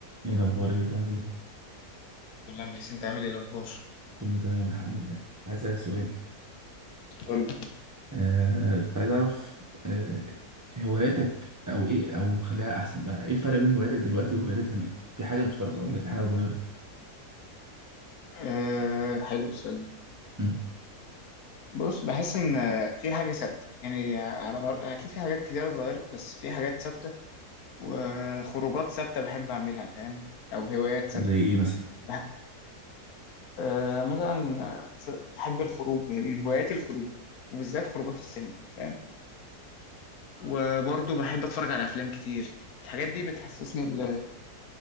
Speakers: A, on the right; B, on the left.
A: ايه الاخبار يا جبران عامل ايه
B: الحمد لله مليسي انت عامل ايه الاخبار
A: كله تمام الحمد لله عايز اسالك سؤال
B: قول
A: آه كنت عايز اعرف آه هواياتك او ايه او خليها احسن بقى ايه الفرق بين هواياتك دلوقتي وهواياتك زمان في حاجه مشتركه ولا في حاجه اتغيرت
B: أه حلو السؤال ده
A: مم.
B: بص بحس ان آه، في حاجه ثابته يعني على مر... اكيد في حاجات كتير اتغيرت بس في حاجات ثابته وخروجات ثابته بحب اعملها فاهم او هوايات ثابته
A: زي ايه مثلا
B: بح... أه مثلا آه، ف- بحب الخروج من هواياتي الخروج وبالذات خروجات السينما فاهم وبرضه بحب اتفرج على افلام كتير الحاجات دي بتحسسني ال...